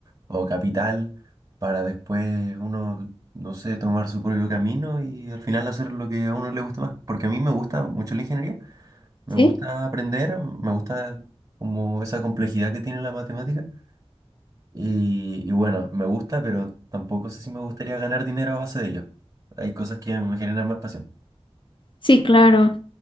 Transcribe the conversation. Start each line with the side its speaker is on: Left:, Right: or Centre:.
Right: o capital, para después uno, no sé, tomar su propio camino y al final hacer lo que a uno le gusta más. Porque a mí me gusta mucho la ingeniería, me gusta
Left: Sí,
Right: aprender, me gusta como esa complejidad que tiene la matemática. Y, y bueno, me gusta, pero tampoco sé si me gustaría ganar dinero a base de ello. Hay cosas que me generan más pasión.
Left: sí, claro.